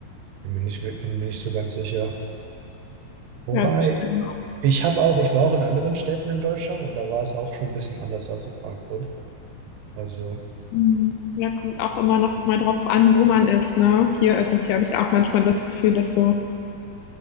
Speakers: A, on the right; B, on the left.
A: Bin mir nicht, bin mir nicht so ganz sicher. Wobei,
B: Ja, das stimmt.
A: ich habe auch, ich war auch in anderen Städten in Deutschland und da war es auch schon ein bisschen anders als in Frankfurt. Also,
B: Mhm. Ja, kommt auch immer noch mal drauf an, wo man ist, ne? Hier, also hier habe ich auch manchmal das Gefühl, dass so